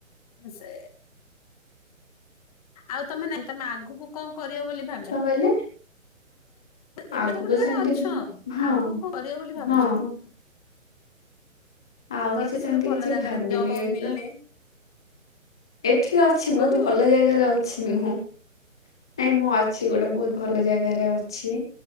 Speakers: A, on the left; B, in the centre.
A: ସେ ଆଉ ତମେ ନାଇଁ ତମେ ଆଗକୁ କଣ କରିବ ବୋଲି ଭାବ
B: କଣ କହିଲେ?
A: ଏବେ
B: ଆଗକୁ
A: ତ ଗୋଟେ ଜାଗାରେ
B: ସେମିତି
A: ଅଛ
B: ହଁ
A: ଆଗକୁ କଣ କରିବ ବୋଲି ଭାବୁଛ?
B: ହଁ। ଆଉ
A: ଧର
B: କିଛି ସେମିତି
A: ଗୋଟେ ଭଲ
B: କିଛି
A: ଜାଗାରେ
B: ଭାବିନି
A: ଜବ୍ ଫବ୍
B: ଏଇଠି
A: ମିଳିଲେ
B: ତ ଏଠି ଅଛି ବହୁତ
A: କରିବ?
B: ଭଲ ଜାଗାରେ ଅଛି ମୁଁ। ନାଇଁ ମୁଁ ଅଛି ଗୋଟେ ବହୁତ ଭଲ ଜାଗାରେ ଅଛି।